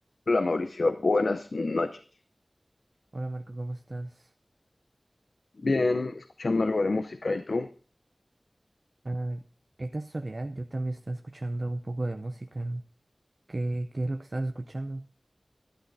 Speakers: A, on the left; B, on the right.
A: Hola Mauricio, buenas noches.
B: Hola Marco, ¿cómo estás?
A: Bien, escuchando algo de música, ¿y tú?
B: Ah, qué casualidad, yo también estaba escuchando un poco de música. ¿Qué, qué es lo que estás escuchando?